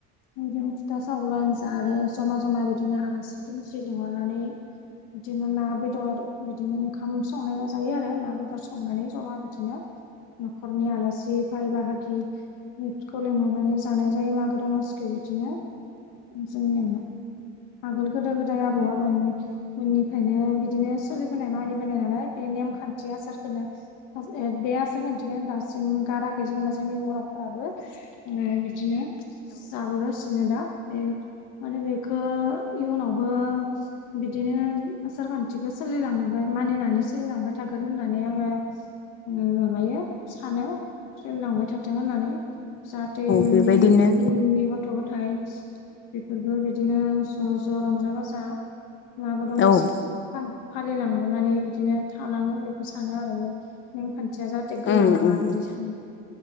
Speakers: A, on the left; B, on the left.
A: आंजोनो फिथा‌ सावना जादो। जमा जमा बिदिनो आलासि दुमसि लिंहरनानै बिदिनो ना बेदर। बिदिनो ओंखाम संलायना जायो आरो ना बेदर संनानै जमा बिदिनो। न'खरनि आलासि बाय बाहागि बेफोरखौ लिंहरनानै जों जानाय जायो मागो दमासिखो बिदिनो जोंनियाव। आगोल गोदो गोदाय आबौ आबौनि उननिफ्रायनो बिदिनो सोलिबोनाय मानिबोनाय नालाय बे नेमखान्थि आसारखोनो बे आसार खान्थिखोनो दासिम गाराखै। जेनेबा जोंनि बर'फोराबो ओ बिदिनो जाबोगासिनो दा। बे माने बेखो इयुनावबो बिदिनो आसार खान थिखो सोलांबाय मानिनानै सोलिलांबाय थागोन होननानै आङो उम माबायो सानो। सोलिलांबाय थाथों होननानै जाहाथे इयुननि
B: बेबायदिनो
A: इयुननि गथ' गथाइ बेफोरबो बिदिनो ज' ज' रंजा बाजा मागो दमासि
B: औ
A: फा फालिलांबोनानै बिदिनो थालाङो बेखो सानो आरो बे। नेमखान्थिया जाहाथे
B: उम
A: गोमालाङा
B: उम
A: बिदि
B: उम
A: सानो